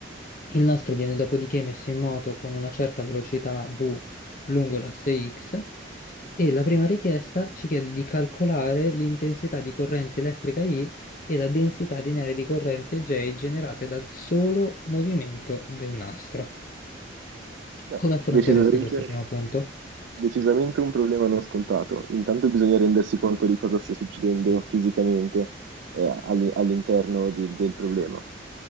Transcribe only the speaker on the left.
Il nastro viene dopodiché messo in moto con una certa velocità v lungo l'asse x e la prima richiesta ci chiede di calcolare l'intensità di corrente elettrica I e la densità lineare di corrente J generate dal solo movimento del nastro.
Come affronteresti
questo primo punto?